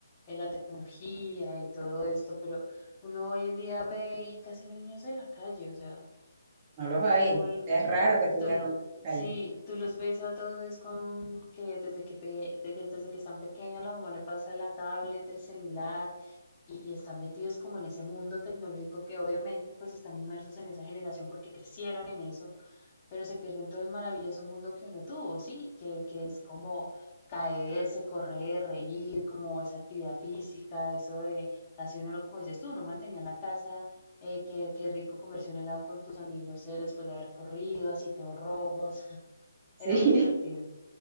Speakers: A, on the left (about 25°); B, on the right (about 20°).
A: de la tecnología y todo esto, pero uno hoy en día ve y casi no hay niños en la calle, o sea,
B: No los hay.
A: tú,
B: Es raro que tú
A: tú,
B: veas una en la
A: sí,
B: calle.
A: tú los ves a todos es con un que desde que, pe- de que- desde que están pequeños la mamá le pasa la tablet, el celular y, y están metidos como en ese mundo tecnológico que obviamente pues están inmersos en esa generación porque crecieron en eso pero se pierden todo el maravilloso mundo que uno tuvo, ¿sí? Que, que es como caerse, correr, reír, como esa actividad física, eso de casi uno, no- como dices tú, no mantenía en la casa, eh, qué, qué rico comerse un helado con tus amigos eh, después de haber corrido, así todos rojos, <laughs>
B: Sí,
A: era
B: <laughs>
A: muy divertido.